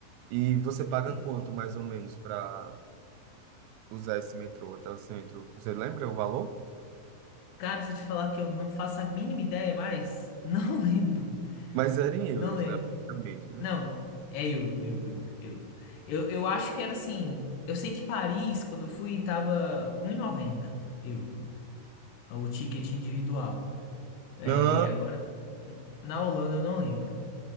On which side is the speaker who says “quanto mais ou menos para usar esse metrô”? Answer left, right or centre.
Right